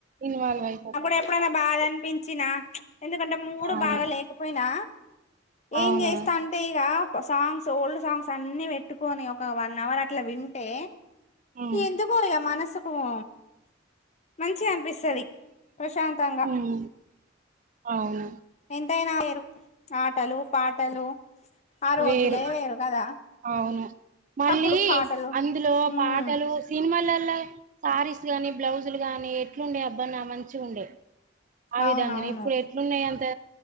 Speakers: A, on the right; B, on the left.
A: ఇన్వాల్వ్ అయిపోతాం
B: అప్పుడు
A: మంచిగా
B: ఎప్పుడైనా
A: అనిపిస్తుంది.
B: బాధ అనిపించినా ఎందుకంటే మూడు
A: అవును
B: బాగా లేకపోయినా
A: అవును
B: ఏం చేస్తా అంటే ఇగ సాంగ్స్ ఓల్డ్ సాంగ్స్ అన్ని పెట్టుకొని ఒక వన్ అవర్ అట్లా వింటే
A: ఉమ్
B: ఎందు పోయా మనసు ఓ మంచి అనిపిస్తాది ప్రశాంతంగా
A: ఉమ్ అవును
B: ఎంతైనా వేరు ఆటలు పాటలు ఆ రోజులే
A: వేరు
B: కదా
A: అవును మళ్ళీ
B: అప్పుడు పాటలు
A: అందులో
B: ఉమ్
A: పాటలు సినిమాలలో శారీస్ గాని బ్లౌజులు గాని ఎట్లుండే అబ్బానా మంచి ఉండే ఆ
B: అవునవును
A: విధంగానే ఇప్పుడు ఎట్లున్నాయి అంత